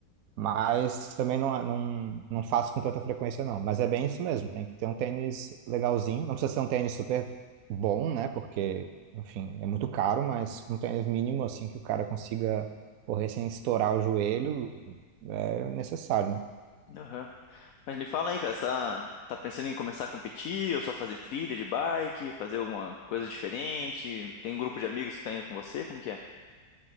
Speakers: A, on the right; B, on the left.
A: Mas também não, não, não faço com tanta frequência, não. Mas é bem isso mesmo, tem que ter um tênis legalzinho. Não precisa ser um tênis super bom, né? Porque, enfim, é muito caro, mas um tênis mínimo, assim, que o cara consiga correr sem estourar o joelho, é necessário, né?
B: aham. Mas me fala aí, cara, você tá, tá pensando em começar a competir ou só fazer trilha de bike, fazer alguma coisa diferente? Tem um grupo de amigos que tá indo com você? Como que é?